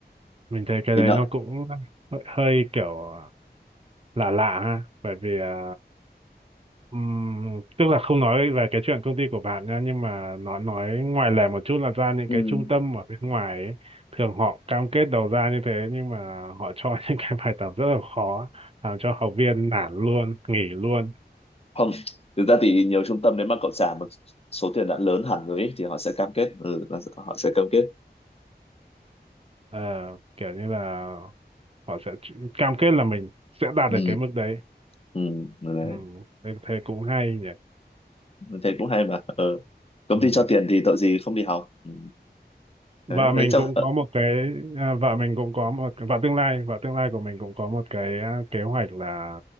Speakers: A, on the right; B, on the left.
A: mình thấy cái
B: thì
A: đấy
B: nợ
A: nó cũng hơi, hơi kiểu à, lạ lạ ha bởi vì à, ừm, tức là không nói về cái chuyện công ty của bạn nha nhưng mà nó nói ngoài lề một chút là ra những
B: ừ.
A: cái trung tâm ở bên ngoài ấy, thường họ cam kết đầu ra như thế nhưng mà họ cho <laughs> những cái bài tập rất là khó làm cho học viên nản luôn nghỉ luôn
B: không thực ra thì nhiều trung tâm nếu mà cậu trả một số tiền đã lớn hẳn rồi ấy, thì họ sẽ cam kết ừ, là họ sẽ cam kết
A: Ờ, kiểu như là họ sẽ ch- cam kết là mình sẽ đạt
B: ừ
A: được cái mức đấy
B: ừ đấy
A: Ừm, thế, thế cũng hay
B: thế cũng hay mà ừ. công
A: nhỉ
B: ty cho tiền thì tội gì không đi học ừ. đấy,
A: vợ mình
B: đấy trong
A: cũng có một cái à, vợ mình cũng có một vợ tương lai vợ tương lai của mình cũng có một cái à, kế hoạch là